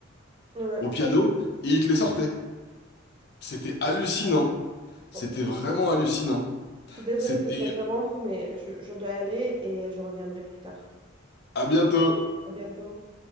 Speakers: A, on the right (about 25°); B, on the left (about 50°).
A: Ouais.
B: au piano et il te les sortait. C'était hallucinant. C'était
A: Bon,
B: vraiment hallucinant.
A: Je suis désolée
B: C'était
A: de t'interrompre, mais je, je dois y aller et je reviendrai plus tard.
B: à bientôt.
A: À bientôt.